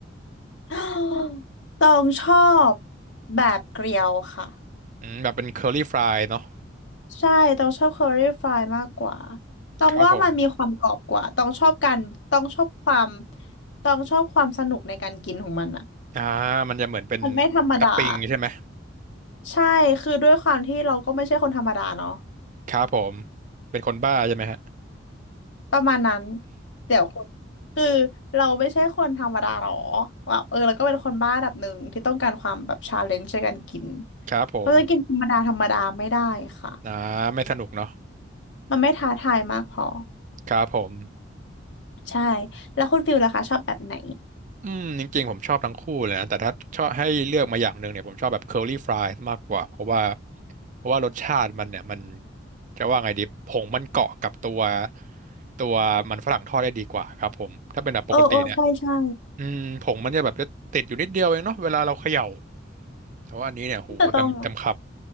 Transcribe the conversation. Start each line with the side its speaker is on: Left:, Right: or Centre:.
Left: <gasps> ตองชอบแบบเกลียวค่ะ
Right: อืมแบบเป็นเคอรี่ฟรายเนาะ
Left: ใช่ต้องชอบเคอรี่ฟรายมากกว่าต้องว่ามันมีความกรอบกว่าต้องชอบการต้องชอบความ
Right: ครับผม
Left: ต้องชอบความสนุกในการกินของมันอ่ะ
Right: อ่ามันจะเหมือนเป็น
Left: มันไม่ธรรมดา
Right: ตับปิงใช่ไหม
Left: ใช่คือด้วยความที่เราก็ไม่ใช่คนธรรมดาเนาะ
Right: ครับผมเป็นคนบ้าใช่ไหมฮะ
Left: ประมาณนั้นเดี๋ยวคนคือเราไม่ใช่คนธรรมดาหรอแบบเออเราก็เป็นคนบ้าระดับหนึ่งที่ต้องการความแบบชาเลนจ์ในการกิน
Right: ครับผม
Left: เราจะกินธรรมดาธรรมดาไม่ได้ค่ะ
Right: อ่าไม่สนุกเนาะ
Left: มันไม่ท้าทายมากพอ
Right: ครับผม
Left: ใช่แล้วคุณฟิลล่ะคะชอบแบบไหน
Right: อืมจริงๆผมชอบทั้งคู่เลยนะแต่ถ้าชอบให้เลือกมาอย่างหนึ่งเนี่ยผมชอบแบบ curly fries มากกว่าเพราะว่าเพราะว่ารสชาติมันเนี่ยมันจะว่าไงดีผงมันเกาะกับตัวตัวมันฝรั่งทอดได้ดีกว่าครับผมถ้าเป็นแบบปกติเนี่ย
Left: เออเออใช่ใช่
Right: อืมผงมันจะแบบจะติดอยู่นิดเดียวเองเนาะเวลาเราเขย่าแต่ว่าอันนี้เนี่ยโหเต็มเต็มค
Left: แต่ตองอะ